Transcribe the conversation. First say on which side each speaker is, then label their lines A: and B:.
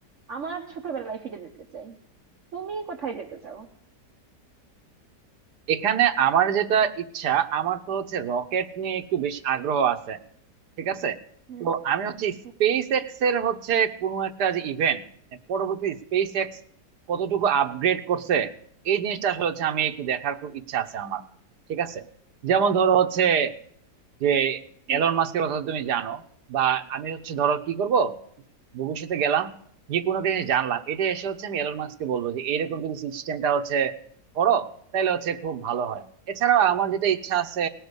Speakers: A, on the right; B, on the right.
A: আমার ছোটবেলায় ফিরে যেতে চাই তুমি কোথায় যেতে চাও
B: এখানে আমার যেটা ইচ্ছা আমার তো হচ্ছে রকেট নিয়ে একটু বেশ আগ্রহ আছে ঠিক আছে
A: হ্যাঁ
B: তো আমি হচ্ছে
A: হ্যাঁ
B: স্পেস এক্স এর হচ্ছে কোনো একটা যে ইভেন্ট পরবর্তী স্পেস এক্স কতটুকু আপগ্রেড করছে এই জিনিসটা আসলে হচ্ছে আমি একটু দেখার খুব ইচ্ছা আছে আমার ঠিক আছে যেমন ধরো হচ্ছে যে
A: বলুন।
B: এলন মাস্কের কথা তো তুমি জানো বা আমি হচ্ছে ধরো কি করব ভবিষ্যতে গেলাম যে কোনো কিছু জানলাম এটা এসে হচ্ছে আমি এলন মাস্ককে বলবো যে এরকম যদি সিস্টেমটা হচ্ছে করো তাহলে হচ্ছে খুব ভালো হয় এছাড়াও আমার যেটা ইচ্ছা আছে